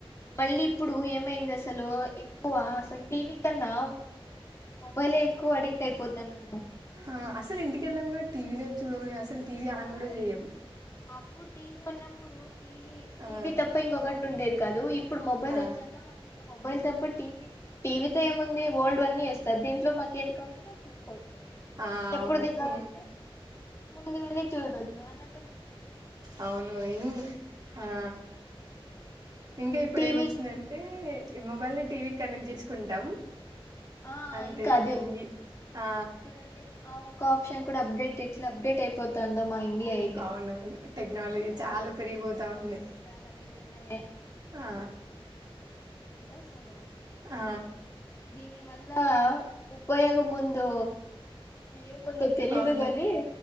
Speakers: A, on the left (about 30°); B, on the right (about 45°).
A: మళ్ళీ ఇప్పుడు ఏమైంది అసలు ఎక్కువ అసలు టీవీ కన్నా మొబైలే ఎక్కువ అడిక్ట్ అయిపోతాన్నాము
B: ఆ అసలు ఇంటికెళ్లే ముందు టివినే చూడము అసలు టీవి ఆన్
A: ఆ
B: కూడా చేయం
A: అప్పుడు టీవీ ఉన్నప్పుడు టీవి టీవి
B: ఆ
A: తప్ప ఇంకొకటి ఉండేది కాదు ఇ ఇప్పుడు మొబైల్
B: ఆ
A: వచ్చాక మొ మొబైల్ తప్ప టీవీ టీవీతో ఏముంది ఓల్డ్ అన్ని వేస్తారు దీని ఇట్లో మాకు ఎం కావాలంటే చూసుకోవచ్చు
B: ఆ
A: ఎప్పుడుది
B: అవును
A: కావాలంటే
B: ఉమ్
A: ముందువన్నీ చూడోచ్చు అన్నే
B: అవును ఇన్ ఆ ఇంకా ఇప్పుడు
A: టీవీ
B: ఎం వచ్చిందంటే ఈ మొబైల్ టీవీ కనెక్ట్ చేసుకుంటాం
A: ఆ
B: అంతే
A: ఇంకా అదే
B: ఇంగి ఆ
A: చూడండి ఆ ఒక్క ఆప్షన్ కూడా అప్డేట్ ఎట్లా అప్డేట్ అయిపోతుందో మా ఇండియా అయితే
B: అవునవును టెక్నాలజీ
A: ఓ
B: చాలా పెరిగిపోతా
A: టెక్నాలజీ
B: ఉంది
A: చాలా నిజంగానే
B: ఆ
A: ఎస్ యా నో
B: ఆ
A: దీని వల్ల ఉపయోగం ముందు ఏముందో తెలీదు
B: అవును
A: గాని